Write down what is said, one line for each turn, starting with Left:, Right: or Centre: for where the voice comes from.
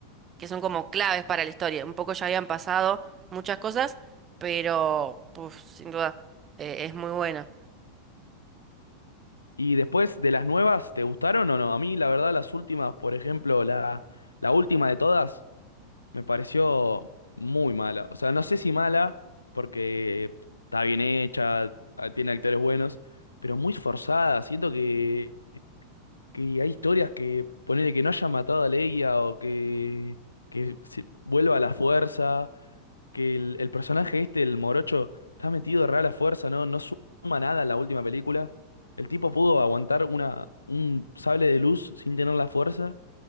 Right: que son como claves para la historia. Un poco ya habían pasado muchas cosas, pero puf, sin duda eh, es muy buena.
Left: Y después de las nuevas, ¿te gustaron o no? A mí, la verdad, las últimas, por ejemplo, la, la última de todas. Me pareció muy mala. O sea, no sé si mala, porque está bien hecha, a- tiene actores buenos, pero muy forzada. Siento que, que hay historias que ponele que no haya matado a Leia o que, que se vuelva a la fuerza, que el, el personaje este, el morocho, está metido re a la fuerza, ¿no? No suma nada en la última película. El tipo pudo aguantar una, un sable de luz sin tener la fuerza.